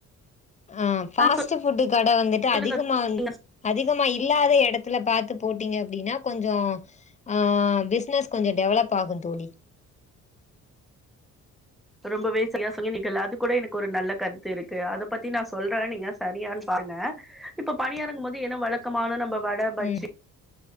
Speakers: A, on the left; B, in the centre.
A: அ ஃபாஸ்ட்
B: ஆ
A: ஃபுட்டு கட வந்துட்டு
B: சொல்லுங்க
A: அதிகமா வந்
B: நீங்க
A: அதிகமா இல்லாத எடத்துல பாத்து போட்டீங்க அப்டின்னா கொஞ்சோ ஆ பிஸ்னஸ் கொஞ்சோ டெவலப் ஆகு தோழி
B: ரொம்பவே செரியா சொன்னீங்களா அது கூட எனக்கு ஒரு நல்ல கருத்து இருக்கு அத பத்தி நா சொல்றே நீங்க சரியான்னு பாருங்க இப்ப பணியாரங்கும்போது ஏனா வழக்கமான நம்ப வட பஜ்ஜி
A: ம்